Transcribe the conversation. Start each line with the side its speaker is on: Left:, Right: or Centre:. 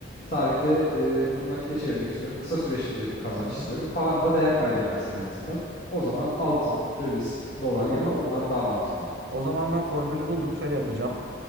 Left: tarihte e, bunu nakite çevirmek istiyorum. Kısa süreçli bir kazanç
Right: Hı hı.
Left: istiyorum. Param da değer kaybetmesin en azından. O zaman altın, döviz, dolar,
Right: O
Left: euro
Right: zaman
Left: onlar daha mantıklı.
Right: o zaman ben formülü buldum. Şöyle yapacağım.